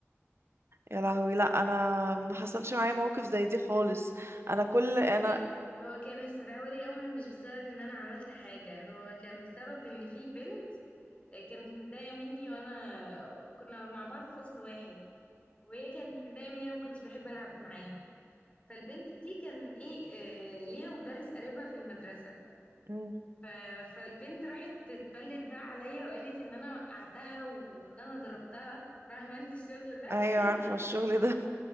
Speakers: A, on the right; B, on the left.
A: يا لهوي لا انا ما حصلش معايا موقف زي دي خالص انا كل
B: بصي
A: انا
B: هو كانوا يستدعوا لي امر مش بسبب ان انا عملت حاجه هو كان بسبب ان في بنت آه، كانت متضايقه مني وانا كنا مع بعض في فصل واحد وهي كانت متضايقه مني انا ما كنتش بحب العب معاها فالبنت دي كان ايه آه، ليها مدرس قريبها في المدرسه
A: مم.
B: ف... فالبنت راحت تتبلد بقى عليا وقالت ان انا وقعتها وان انا ضربتها فاهمه انت الشغل ده
A: ايوه
B: <laughs>
A: عارفه الشغل ده <laughs>